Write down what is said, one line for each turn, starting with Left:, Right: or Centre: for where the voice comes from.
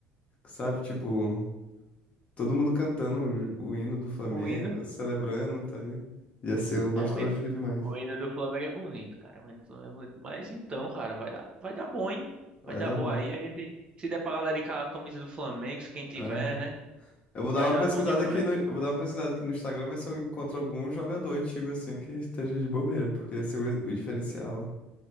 Left: sabe, tipo, todo mundo cantando o, o hino do Flamengo,
Right: O hino.
Left: celebrando, tá ligado? Ia ser um nostálgico
Right: É, o hino,
Left: demais.
Right: o hino do Flamengo é bonito, cara. O hino do Flamengo é bonito. Mas então, cara, vai dar, vai dar bom, hein? Vai
Left: Vai
Right: dar
Left: dar
Right: bom
Left: bom.
Right: aí. A gente, se der pra galera ir com a camisa do Flamengo, se quem tiver,
Left: Aham.
Right: né?
Left: Eu vou
Right: Vai
Left: dar
Right: dar
Left: uma pesquisada
Right: bom demais.
Left: aqui no, eu vou dar uma pesquisada aqui no Instagram ver se eu encontro algum jogador antigo assim que esteja de bobeira, porque ia ser o, o diferencial.